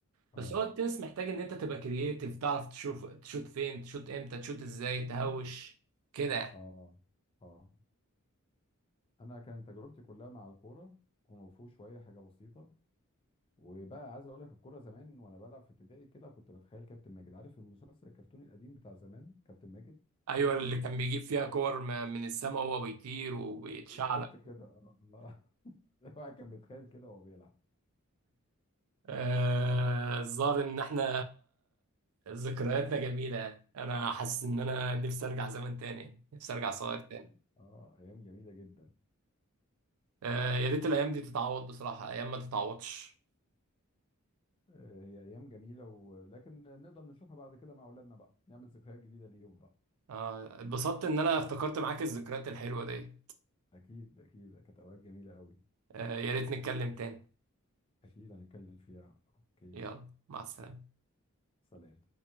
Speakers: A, on the left; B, on the right.
A: اه
B: بس هو التنس محتاج ان انت تبقى كرييتيف تعرف تشوف تشوت فين تشوت امتى تشوت ازاي تهوش كده يعني.
A: اه اه انا كان تجربتي كلها مع الكوره كونغ فو شويه حاجه بسيطه وبقى عايز اقول لك الكوره زمان وانا بلعب في ابتدائي كده كنت بتخيل كابتن ماجد عارف المسلسل الكرتوني القديم بتاع زمان كابتن ماجد
B: ايوه اللي كان بيجيب فيها كور م- من السماء وهو بيطير اه وبيتشعلق
A: بالظبط كده اه آه. <laughs> الواحد كان بيتخيل كده وهو بيلعب
B: آه، الظاهر ان احنا ذكرياتنا جميله يعني انا حاسس ان انا نفسي ارجع زمان تاني نفسي ارجع صغير
A: أكيد
B: تاني
A: اه ايام جميله جدا
B: آه، يا ريت الايام دي تتعوض بصراحه ايام ما تتعوضش
A: آه، هي ايام جميله ولكن نقدر نشوفها بعد كده مع اولادنا بقى نعمل ذكريات جديده ليهم بقى
B: آه، اتبسطت ان انا افتكرت معاك الذكريات الحلوه دي
A: اكيد اكيد كانت اوقات جميله قوي
B: آه، يا ريت نتكلم تاني
A: اكيد هنتكلم فيها اوكي
B: يلا مع السلامه
A: سلام